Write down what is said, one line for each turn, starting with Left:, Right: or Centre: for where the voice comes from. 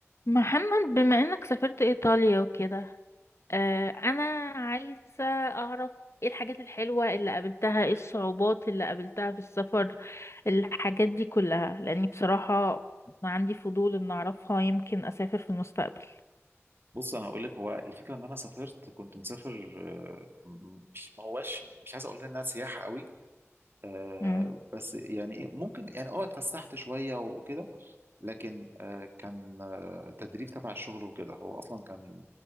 Left: محمد بما انك سافرت ايطاليا وكده آه انا عايزة اعرف ايه الحاجات الحلوة اللي قابلتها ايه الصعوبات اللي قابلتها في السفر الحاجات دي كلها لاني بصراحة عندي فضول ان اعرفها يمكن اسافر في المستقبل
Right: بص انا هقول لك هو الفكره ان انا سافرت كنت مسافر آه، م- مش ما هواش مش عايز اقول انها سياحه قوي آه،
Left: مم.
Right: بس يعني إيه، ممكن يعني اه اتفسحت شويه وكده لكن آه، كان آه، تدريب تبع الشغل وكده هو اصلا كان